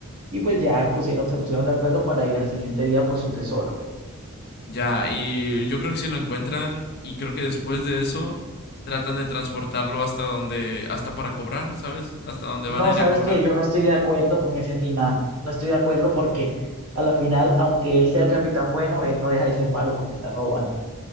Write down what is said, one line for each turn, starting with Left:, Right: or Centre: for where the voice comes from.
Right: Y pues ya pusieron, se pusieron de acuerdo para ir al siguiente día por su tesoro.
Left: Ya, y yo creo que si lo encuentran y creo que después de eso tratan de transportarlo hasta donde, hasta para cobrar, ¿sabes? Hasta donde
Right: No,
Left: van a ir
Right: ¿sabes
Left: a cobrar.
Right: qué? Yo no estoy de acuerdo con ese final. No estoy de acuerdo porque a la final, aunque él sea el capitán bueno, él no deja de ser malo porque está robando.